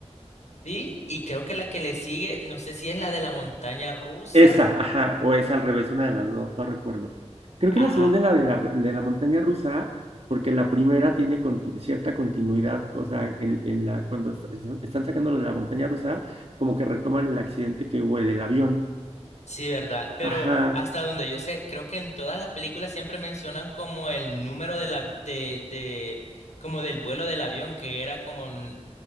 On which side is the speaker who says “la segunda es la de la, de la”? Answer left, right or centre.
Right